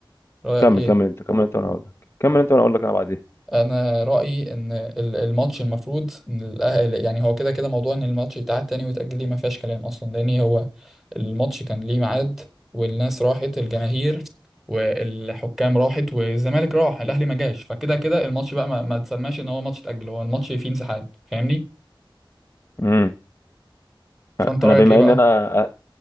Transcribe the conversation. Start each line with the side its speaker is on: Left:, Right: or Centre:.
Centre: رأيك
Left: كمل
Centre: ايه
Left: كمل انت كمل انت وانا اقول لك كمل انت وانا اقول لك انا بعدين
Centre: انا رايي ان ال- الماتش المفروض إن الأهل يعني هو كده كده موضوع ان الماتش يتعاد تاني ويتاجل ليه ما فيهاش كلام اصلا لان هو الماتش كان ليه ميعاد والناس راحت الجماهير والحكام راحت والزمالك راح الاهلي ما جاش فكده كده الماتش بقى ما, ما تسماش ان هو ماتش اتاجل هو الماتش فيه انسحاب فاهمني
Left: امم
Centre: فانت
Left: انا
Centre: رايك
Left: بما
Centre: ايه بقى
Left: ان انا